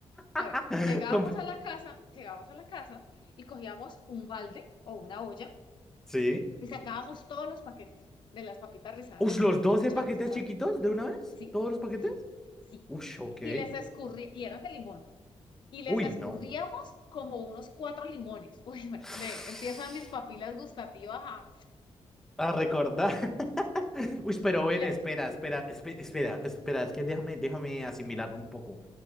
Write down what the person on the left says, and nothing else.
A
ver,
llegábamos
a la casa, llegábamos a la casa y cogíamos un balde o una olla
y sacábamos todos los paquetes de las papitas rizadas
de limón
y
los echábamos
asados.
Sí,
sí, sí.
Y les escurría, y eran de limón, ¿no? Y les
escurríamos
como unos cuatro limones. <laughs> Uy, me-
ve, empiezan mis papilas gustativas a-
y le,